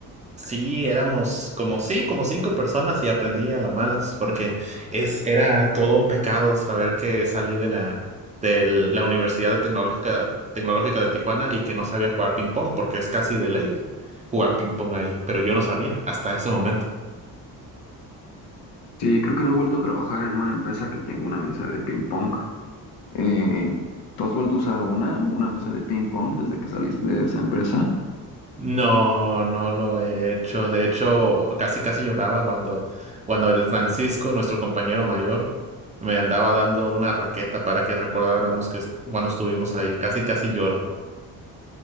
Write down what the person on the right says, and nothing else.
Sí, éramos como sí, como cinco personas y aprendí a las malas, porque es, era todo un pecado saber que salí de la, de la Universidad Tecnológica, Tecnológica de Tijuana y que no sabía jugar ping pong, porque es casi de ley jugar ping pong ahí, pero yo no sabía hasta ese momento.
No, no lo he hecho. De hecho, casi casi lloraba cuando, cuando el Francisco, nuestro compañero mayor, me andaba dando una raqueta para que recordáramos que es- cuando estuvimos ahí, casi casi lloro.